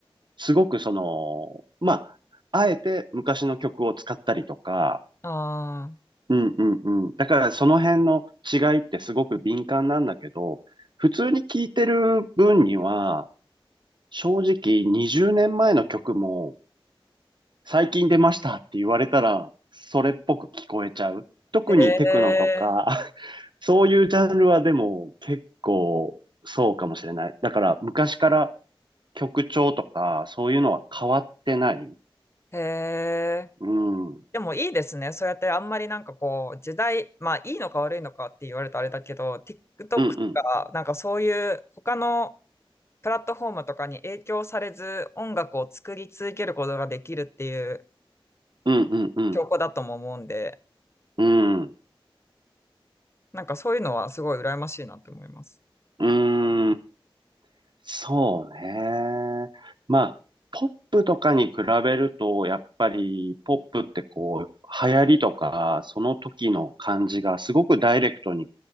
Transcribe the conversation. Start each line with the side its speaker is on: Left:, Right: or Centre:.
Right: すごくその、まあ、あえて昔の曲を使ったりとか、
Left: ああ、
Right: うんうんうん。だからその辺の違いってすごく敏感なんだけど、普通に聞いてる分には、正直20年前の曲も最近出ましたって言われたらそれっぽく聞こえちゃう。特にテクノとか
Left: へえ、
Right: <laughs> そういうジャンルはでも結構そうかもしれない。だから昔から曲調とかそういうのは変わってない。
Left: へえ。
Right: うん。うん
Left: でもいいですね。そうやってあんまりなんかこう時代、まあいいのか悪いのかって言われたらあれだけど、TikTok とかなんかそういう他の
Right: うん。
Left: プラットフォームとかに影響されず音楽を作り続けることができるっていう
Right: うんうんうん。
Left: 証拠だとも思うんで、
Right: うん。
Left: なんかそういうのはすごい羨ましいなと思います。
Right: うん。そうね。まあ、ポップとかに比べると、やっぱりポップってこう、流行りとか、その時の感じがすごくダイレクトに